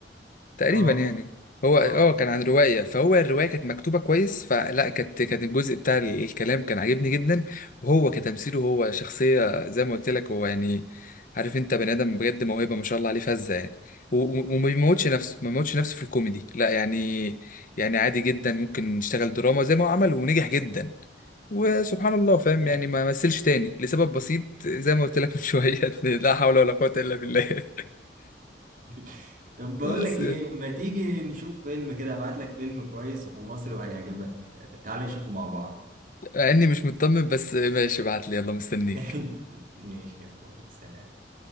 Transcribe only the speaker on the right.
اه
اه
طب
<laughs> طب بقول
لك
ايه ما تيجي نشوف فيلم كده ابعت لك فيلم كويس ومصري وهيعجبك تعال نشوفه مع بعض
<laughs> ماشي يا اخويا سلام